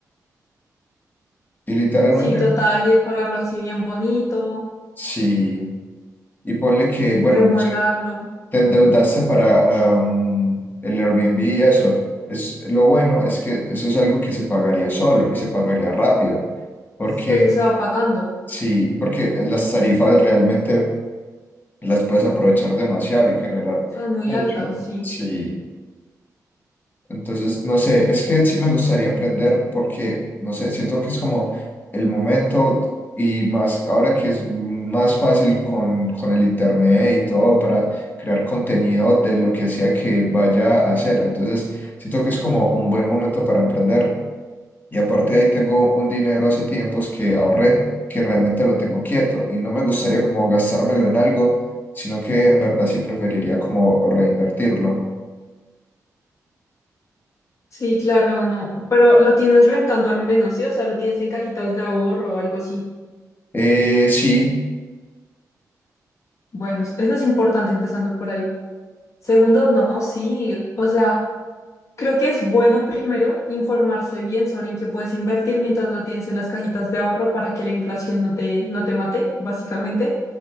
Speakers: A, on the left; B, on the left.
A: Y literalmente,
B: Sí, total, y decorarlo así bien bonito,
A: sí. Y ponle que, bueno,
B: remodelarlo.
A: te endeudaste para am, el Airbnb y eso. Es, lo bueno es que eso es algo que se pagaría solo y se pagaría rápido, porque
B: Sí, eso se va pagando.
A: sí, y porque las tarifas realmente las puedes aprovechar demasiado y generar
B: Son muy
A: mucho.
B: altas, sí.
A: Sí. Entonces, no sé, es que sí me gustaría emprender porque, no sé, siento que es como el momento y más ahora que es más fácil con, con el internet y todo para crear contenido de lo que sea que vaya a hacer. Entonces, siento que es como un buen momento para emprender. Y aparte de ahí tengo un dinero hace tiempos que ahorré, que realmente lo tengo quieto y no me gustaría como gastármelo en algo, sino que en verdad sí preferiría como reinvertirlo.
B: Sí, claro, no. Pero lo tienes rentando al menos, ¿sí? O sea, lo tienes en cajitas de ahorro o algo así.
A: Eh, sí.
B: Bueno, eso es importante empezando por ahí. Segundo, no, sí, o sea, creo que es bueno primero informarse bien sobre en qué puedes invertir mientras lo tienes en las cajitas de ahorro para que la inflación no te, no te mate, básicamente.